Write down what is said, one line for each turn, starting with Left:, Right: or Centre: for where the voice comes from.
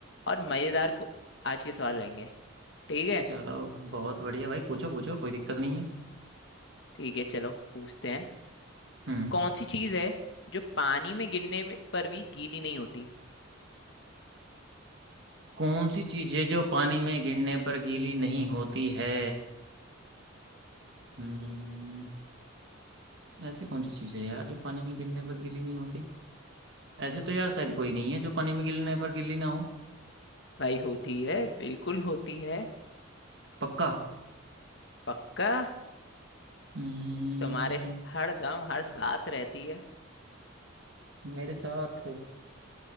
Left: और मजेदार को आज के सवाल रहेंगे ठीक है
Right: चलो बहुत बढ़िया भाई पूछो पूछो कोई दिक्कत नहीं है
Left: ठीक है चलो पूछते हैं
Right: हम्म
Left: कौन सी चीज़ है जो पानी में गिरने में- पर भी गीली नहीं होती
Right: कौन सी चीजें जो पानी में गिरने पर गीली नहीं होती है हम्म ऐसी कौन सी चीजें हैं यार जो पानी में गिरने पर गीली नहीं होती ऐसे तो यार शायद कोई नहीं है जो पानी में गिरने पर गीली ना हो
Left: भाई होती है बिल्कुल होती है
Right: पक्का
Left: पक्का
Right: हम्म
Left: तुम्हारे स- हर दम हर साथ रहती है
Right: मेरे साथ